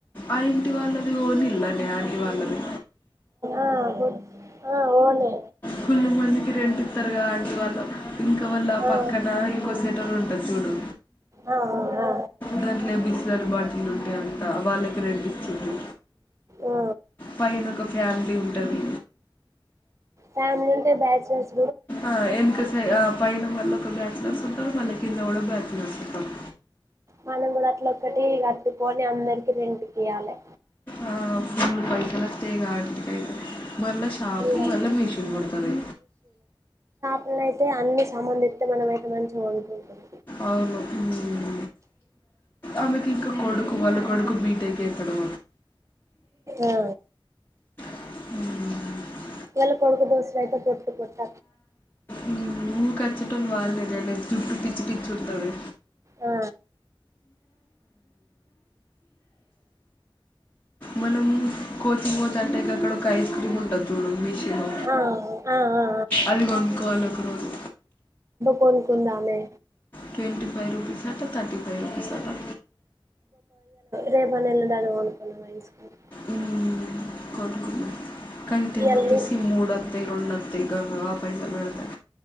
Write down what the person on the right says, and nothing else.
ఆ ఓను
ఆ
ఆ ఆ
ఆ
ఫ్యామిలీ ఉంట బ్యాచలర్స్
మనం కూడా అట్ల ఒక్కటి కట్టుకోని అందరికి రెంటికి ఇయాలే
ఇల్లు
మాల్ అయితే అన్ని సంబంధిస్తే మనం అయితే మంచిగా కొనుకుంటామ
ఆ
ఇవాళ కొడుకు దోశలు అయితే కొట్టు కొట్
ఆ
ఆ ఆ ఆ
కొనుకుధామే
రేపైనా ఎల్లుండైనా కొనుక్కుందాం ఐస్ క్రీమ్
ఇయాల్నే